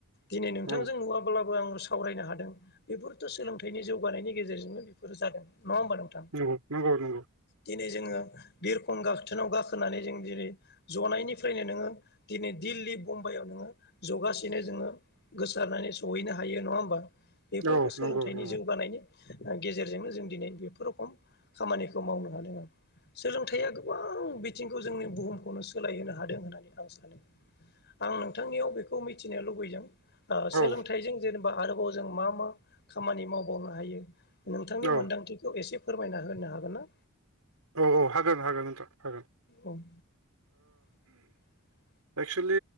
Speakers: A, on the left; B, on the right.
A: दिनै नोंथांजों
B: औ
A: नुवाब्लाबो आं सावरायनो हादों बेफोरथ' सोलोंथाइनि जौगानायनि गेजेरजोंनो बेफोरो जादों नङा ओमबा नोंथां
B: नंगौ नंगौ नंगौ
A: दिनै जोङो बिरखं गाखथोनाव गाखोनानै जों दिनै जनायनिफ्रायनो नोङो दिनै दिल्ली बम्बाइआव नो ङो जगासेनो जोङो गोसारनानै सहैनो हायो नङा ओमबा? बेफोरबो
B: औ
A: सोलोंथाइनि
B: नंगौ नंगौ
A: जौगानायनि गेजेरजोंनो जों दिनै बेफोर रोखम खामानिखौ मावनो हादों आरो सोलोंथाइया गोबां बिथिंखौ जोंनि बुहुमखौनो सोलायहोनो हादों होननानै आं सानो। आं नोंथांनियाव बेखौ मिथिनो लुबैदों। सोलोंथाइजों
B: औ
A: जेनेबा आरोबाव जों मा मा खामानि मावबावनो हायो। नोंथांनि
B: औ
A: मोन्दांथिखौ एसे फोरमायना होनो हागोन ना?
B: औ औ हागोन हागोन नोंथां हागोन।
A: औ <inaudible>
B: एक्सुेलि